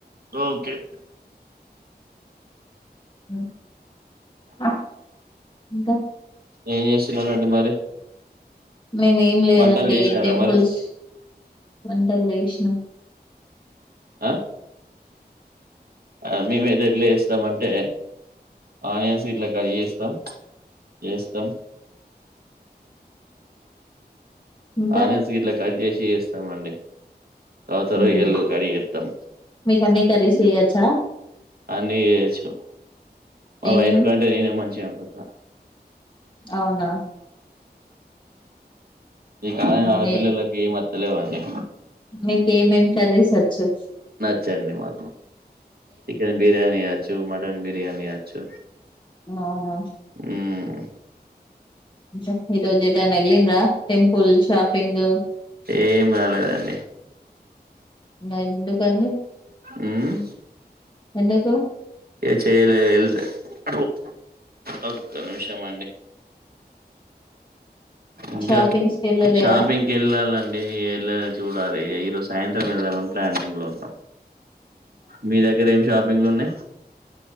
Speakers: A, on the right; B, on the left.
A: ఒకే
B: హ్మ్ హ ఇంక
A: ఏం చెస్తున్నరండి మరి
B: మేమ్ ఏం లెదండి
A: వంటలు చేశారా
B: టెంపుల్స్
A: మరి?
B: వంటల్ చేశానం
A: ఆ ఆ మేమైతే ఎట్ల చెస్తామంటే ఆనియన్స్ ఇట్ల కడ్ జెస్తం జెస్తం
B: ఇంకా
A: ఆనియన్స్ ఇట్ల కట్జెసి ఏస్తామండి తతరు
B: మ్మ్.
A: ఎళ్ళు గడి ఏద్దం
B: మీకు అన్ని కర్రీస్ చేయొచ్చా
A: అన్ని చేయొచ్చు మా
B: ఏమేం
A: వయైఫ్ కంటె నేనే మంచిగా ఓండుత
B: అవున
A: ఈ కాలం
B: నే
A: పిల్లలకి ఏం అత్త లేదండి
B: మీక్ ఏమేం కర్రీస్ ఒచ్చు
A: ఒచ్ అండిమాక్ చికెన్ బిర్యానీ అచ్చు మటన్ బిర్యానీ అచ్చు
B: అవున
A: హ్మ్
B: జుప్ ఈరోజు ఎటు అన్న ఎల్లింర టెంపుల్ షాపింగ్
A: ఏం రాలెదండి
B: నైన్కండి
A: హ్మ్
B: ఎందుకు
A: ఏ చేయలేద్ ఎల్త్ ఒక్క నిమిషం అండి ఇంకా
B: షాపింగ్స్ కి వెళ్ళలేరా
A: షాపింగ్కెళ్ళాలండి ఎలాక చూడాలి ఈరోజ్ సాయంత్రం వెళ్దమని ప్లానింగ్ లో ఉన్నం మీ దగ్గర ఏం షాపింగ్లు ఉన్నయి